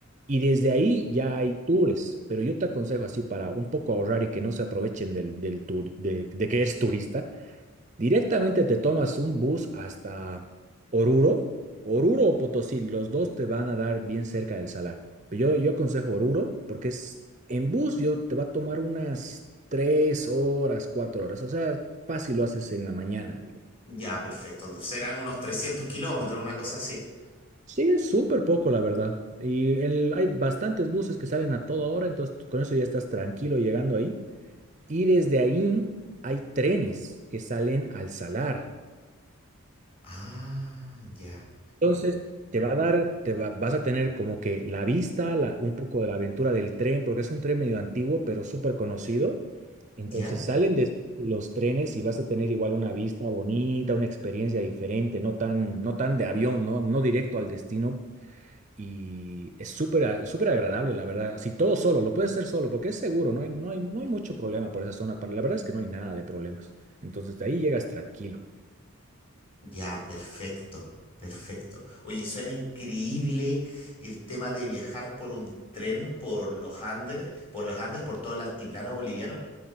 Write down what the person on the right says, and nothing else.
Y desde ahí ya hay tours, pero yo te aconsejo así para un poco ahorrar y que no se aprovechen del, del tour, de, de que eres turista, directamente te tomas un bus hasta Oruro, Oruro o Potosí, los dos te van a dar bien cerca del salar. Pero yo, yo aconsejo Oruro porque es en bus yo te va a tomar unas tres horas, cuatro horas, o sea, fácil lo haces en la mañana, digo.
Sí, es súper poco, la verdad. Y el- hay bastantes buses que salen a toda hora, entonces con eso ya estás tranquilo llegando ahí. y desde ahí hay trenes que salen al salar.
Entonces, te va a dar, te va- vas a tener como que la vista, la- un poco de la aventura del tren, porque es un tren medio antiguo, pero súper conocido. Entonces,
salen de los trenes y vas a tener igual una vista bonita, una experiencia diferente, no tan, no tan de avión, ¿no? No directo al destino, y es súper a- súper agradable, la verdad. Así todo solo, lo puedes hacer solo porque es seguro, no hay, no hay, no hay mucho problema por esa zona. Para- La verdad es que no hay nada de problemas. Entonces de ahí llegas tranquilo.